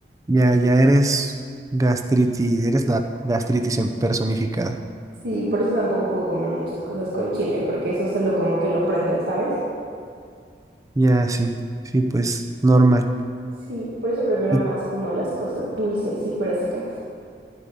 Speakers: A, on the right (about 20°); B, on the right (about 65°).
A: Ya, ya eres gastritis, eres la gastritis en personificada.
B: Sí, por eso tampoco puedo comer muchas cosas con chile, porque eso solo como que lo prende, ¿sabes?
A: Ya, sí, sí, pues normal.
B: Sí, por eso prefiero
A: Y
B: más como las cosas dulces y frescas.